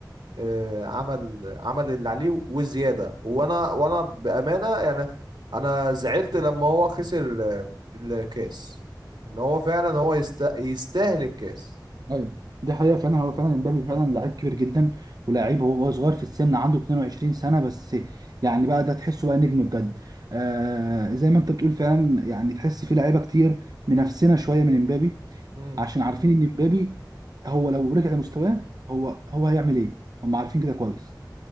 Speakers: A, on the right; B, on the right.
A: آه، عمل عمل اللي عليه وزياده وانا وانا بامانه يعني انا زعلت لما هو خسر آه، الكاس ان هو فعلا هو يست... يستاهل الكاس
B: ايوه دي حقيقة فعلا هو فعلا امبابي فعلا لعيب كبير جدا ولاعيب
A: مم.
B: هو هو صغير في السن عنده 22 سنة بس يعني بقى ده تحسه بقى نجم بجد آه زي ما انت بتقول فعلا يعني تحس في لعيبة كتير منافسنا شوية من امبابي
A: مم.
B: عشان عارفين ان امبابي هو لو رجع لمستواه هو هو هيعمل ايه هم عارفين كده كويس